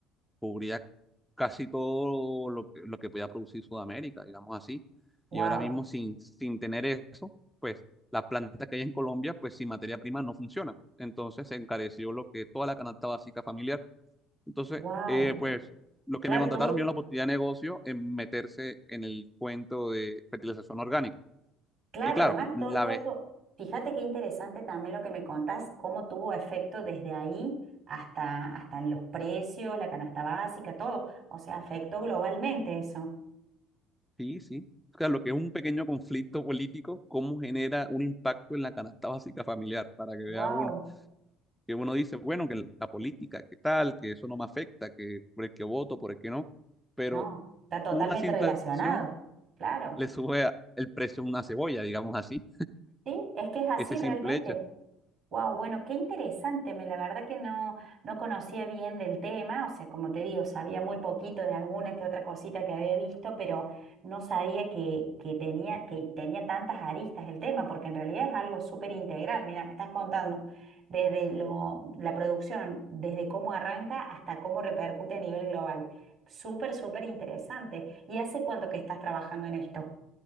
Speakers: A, in the centre; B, on the right.
A: cubría casi todo lo que, lo que podía producir Sudamérica, digamos así. Y
B: Wow,
A: ahora mismo sin, sin tener eso, pues las plantas que hay en Colombia, pues sin materia prima no funcionan. Entonces se encareció lo que toda la canasta básica familiar. Entonces,
B: wow.
A: eh, pues los que
B: Claro,
A: me contrataron
B: tuvo,
A: vieron la oportunidad de negocio en meterse en el cuento de fertilización orgánica.
B: claro,
A: Y claro,
B: además
A: la
B: todo, todo
A: ve,
B: esto, fíjate qué interesante también lo que me contás, cómo tuvo efecto desde ahí hasta, hasta en los precios, la canasta básica, todo. O sea, afectó globalmente eso.
A: sí, sí. O sea, lo que es un pequeño conflicto político, cómo genera un impacto en la canasta básica familiar, para que
B: Wow,
A: vea uno, que uno dice, bueno, que la política, que tal, que eso no me afecta, que por el que voto, por el que no, pero
B: no, está totalmente
A: una simple
B: relacionado.
A: acción
B: Claro.
A: le sube a- el precio a una cebolla, digamos así,
B: Sí, es que es así
A: ese
B: realmente.
A: simple hecho.
B: Wow, bueno, qué interesante. Me, la verdad que no, no conocía bien del tema, o sea, como te digo, sabía muy poquito de alguna que otra cosita que había visto, pero no sabía que, que tenía, que tenía tantas aristas el tema, porque en realidad es algo súper integral. Mira, me estás contando desde lo, la producción, desde cómo arranca hasta cómo repercute a nivel global. Súper, súper interesante. ¿Y hace cuánto que estás trabajando en esto?